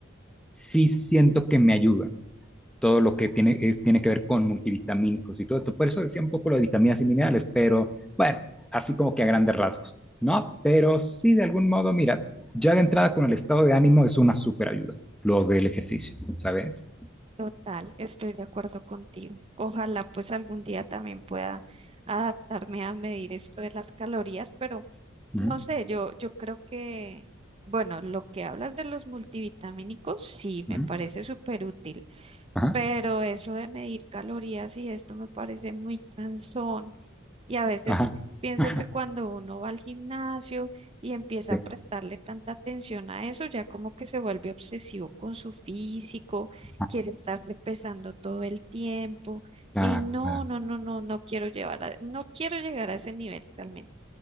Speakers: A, in the centre; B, on the right (about 30°).
A: sí siento que me ayuda todo lo que tiene, eh, tiene que ver con multivitamínicos y todo esto. Por eso decía un poco lo de vitaminas y minerales, pero bueno, así como que a grandes rasgos, ¿no? Pero sí, de algún modo, mira, ya de entrada con el estado de ánimo es una súper ayuda, lo del ejercicio, ¿sabes?
B: Total, estoy de acuerdo contigo. Ojalá pues algún día también pueda adaptarme a medir esto de las calorías, pero
A: Ujú,
B: no sé, yo, yo creo que, bueno, lo que hablas de los multivitamínicos, sí, me
A: ujú.
B: parece súper útil.
A: Ajá,
B: pero eso de medir calorías y esto me parece muy cansón. Y a veces
A: ajá.
B: pienso
A: <laughs>
B: que
A: ajá,
B: cuando uno va al gimnasio y empieza
A: Sí,
B: a prestarle tanta atención a eso, ya como que se vuelve obsesivo con su físico,
A: ah,
B: quiere estarse pesando todo el tiempo.
A: Claro,
B: Y no,
A: claro,
B: no, no, no, no quiero llevar a- no quiero llegar a ese nivel realmente.